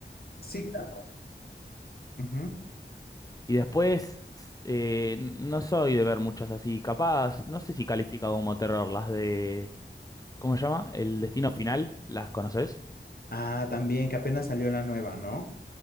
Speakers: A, on the left; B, on the left.
A: Sí, claro. Ujú.
B: Y después, eh, no soy de ver muchas así. Capaz, no sé si califica como terror las de... ¿Cómo se llama? El Destino Final, ¿las conoces?
A: Ah, también que apenas salió la nueva, ¿no?